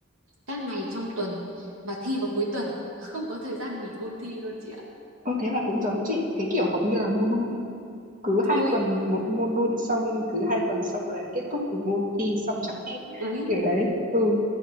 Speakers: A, on the right; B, on the right.
A: các ngày trong tuần và thi vào cuối tuần, <laughs> không có thời gian nghỉ ôn thi luôn chị ạ.
B: Ơ thế là cũng giống chị, cái kiểu học như là module ấy. Cứ hai
A: Ôi,
B: tuần một module xong, cứ hai tuần xong là kết thúc một môn thi xong chẳng hết.
A: úi,
B: Kiểu đấy, ừ,